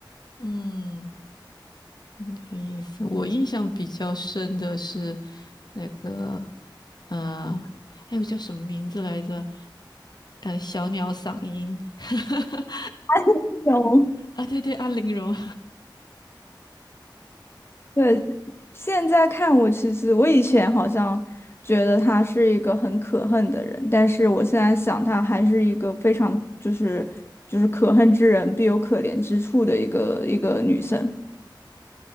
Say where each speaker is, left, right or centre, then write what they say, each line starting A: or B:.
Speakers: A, on the left; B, on the left.
A: 嗯。嗯有意思。我印象比较深的是那个呃，哎，我叫什么名字来着？呃，小鸟嗓音 <laughs>
B: <laughs> 有
A: 啊，对对，安陵容。
B: 对，现在看我，其实我以前好像觉得她是一个很可恨的人，但是我现在想，她还是一个非常就是就是可恨之人必有可怜之处的一个一个女生，